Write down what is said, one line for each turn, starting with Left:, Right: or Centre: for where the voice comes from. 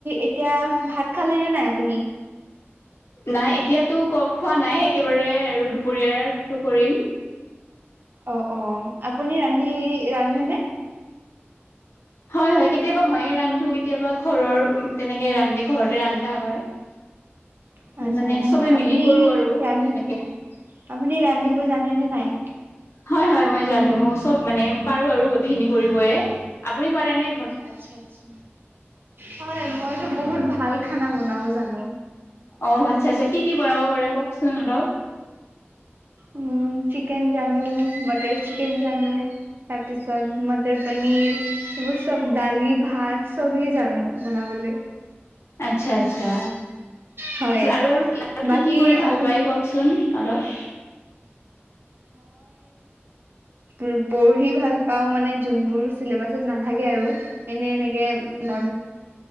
Right: এতিয়া ভাত খালে নে নাই আপুনি?
Left: নাই এতিয়াতো ক খোৱা নাই একেবাৰে আৰু দুপৰীয়টো কৰিম।
Right: অ' অ' আপুনি ৰান্ধি ৰান্ধেনে?
Left: হয় হয় কেতিয়াবা ময়ে ৰান্ধো কেতিয়াবা ঘৰৰ তেনেকে ৰান্ধে ঘৰতে ৰান্ধা হয়।
Right: <inaudible> আচ্ছা
Left: মানে
Right: আচ্ছা
Left: চবে
Right: আপুনি
Left: মিলি কৰো আৰু
Right: ৰান্ধি
Left: তেনেকে।
Right: আপুনি ৰান্ধিব জানেনে নাই?
Left: হয় হয় মই জানো চব মানে পাৰো আৰু গোটখিনি কৰিয়েই, আপুনি পাৰে নে?
Right: আচ্ছা আচছা হয় মইতো বহুত ভাল খানা বনাব জানো।
Left: অঔ আচ্ছা আচ্ছা কি কি বনাব পাৰে কওকচুন অলপ।
Right: উম চিকেন জানো বাটাৰ চিকেন জানো। তাৰপিছত মটৰ পনিৰ এইবোৰ চব দালি ভাত চবেই জানো বনাবলৈ।
Left: আচ্ছা আচ্ছা।
Right: হয়।
Left: আৰু আৰু আৰু
Right: বাকী
Left: কি কি কৰি ভাল
Right: আপুনি
Left: পায় কওকচোন অলপ
Right: উ পঢ়ি ভাল পাওঁ মানে যোনবোৰ চিলেবাছত নাথাকে আৰু এনে এনেকে ন